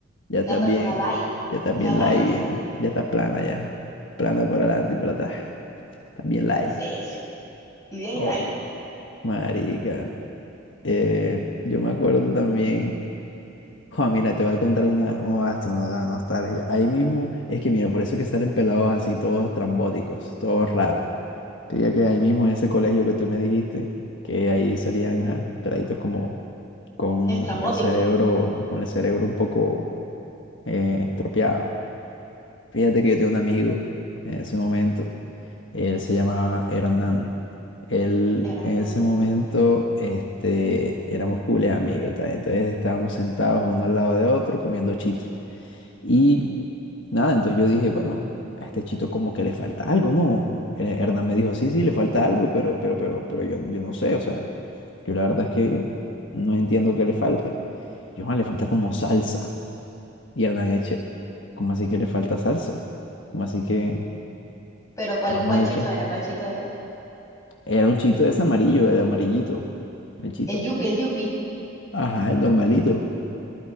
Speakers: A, on the left; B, on the left.
A: Ya estás
B: Una persona
A: bien,
B: light,
A: ya estás
B: una
A: bien
B: light,
A: light, bien, ya estás plana ya, plana por adelante y por atrás, estás bien light.
B: sí, sí. Y bien
A: Oh,
B: light,
A: marica, eh, yo me acuerdo también, oh, mira, te voy a contar una, oh, esto no da nostalgia, ahí mismo, es que mira, por eso que salen pelados así, todos trambóticos, todos raros. Te digo que ahí mismo en ese colegio que tú me dijiste, que ahí salían, ajá, peladitos como con
B: estrambótico.
A: el cerebro, con el cerebro un poco eh, estropeado. Fíjate que yo tengo un amigo en ese momento, él se llamaba Hernán. Él
B: Era
A: en
B: una,
A: ese momento este, éramos cool amigos, tal, Entonces estábamos sentados uno al lado de otro comiendo chito. Y nada, entonces yo dije, bueno, a este chito como que le falta algo, ¿no? Eh, Hernán me dijo, sí, sí, le falta algo, pero, pero, pero, pero yo, yo no sé, o sea, yo la verdad es que no entiendo qué le falta. Yo, "Ah, le falta como salsa. Y Hernán Eche, ¿cómo así que le falta salsa? ¿Cómo así que?
B: Pero ¿cuál,
A: Vamos
B: cuál
A: a
B: chito
A: echar.
B: era? ¿Cuál chito era?
A: Era un chito ese amarillo, el amarillito. El chito.
B: El Yupi, el Yupi.
A: Ajá, el normalito.